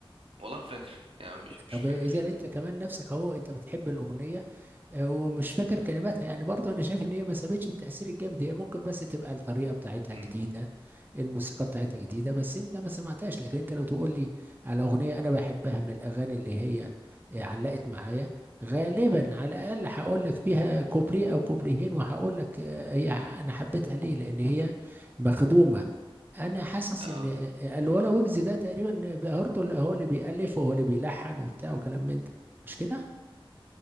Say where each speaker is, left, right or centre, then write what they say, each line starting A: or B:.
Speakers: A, on the right (about 75°); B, on the right (about 20°).
A: والله ما فاكر يعني مش مش
B: طب
A: فاكر
B: اذا
A: فاهم
B: انت كمان نفسك اهو انت بتحب الاغنية ومش فاكر كلماتها يعني برضه انا شايف ان هي ما سابتش التأثير الجامد هي ممكن بس تبقى الطريقة بتاعتها
A: امم
B: جديدة الموسيقى بتاعتها جديدة بس انت ما سمعتهاش لكن انت لو تقول لي على اغنية انا بحبها من الاغاني اللي هي آه، علقت معايا غالبا على الاقل هقول لك فيها كوبليه او كوبليهين وهقول لك آه، هي انا حبيتها ليه لان هي مخدومة انا حاسس
A: اه
B: ان آه، الولا ويجز ده تقريبا برضه اللي هو اللي بيألف وهو اللي بيلحن وبتاع وكلام من ده مش كده